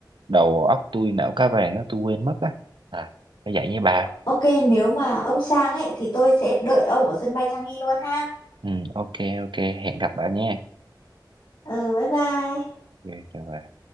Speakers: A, on the right; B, on the left.
A: đầu óc tôi não cá vàng á tôi quên mất á à phải vậy nha bà
B: Ok, nếu mà ông sang ấy thì tôi sẽ đợi ông ở sân bay Changi luôn ha.
A: ừ, ok ok hẹn gặp bà nha
B: Ừ, bye bye.
A: ok chào bà